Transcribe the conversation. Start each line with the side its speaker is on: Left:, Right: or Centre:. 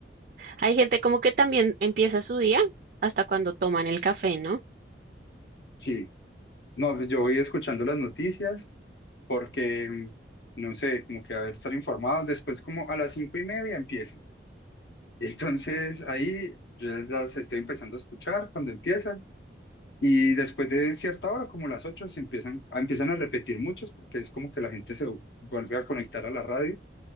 Right: Hay gente como que también empieza su día hasta cuando toman el café, ¿no?
Left: Sí, no, pues yo voy escuchando las noticias porque, mm, no sé, como que a ver, estar informados. Después como a las cinco y media empieza. Entonces ahí yo las estoy empezando a escuchar cuando empiezan y después de cierta hora, como las 8 se empiezan, a- empiezan a repetir muchos porque es como que la gente se vuelve a conectar a la radio,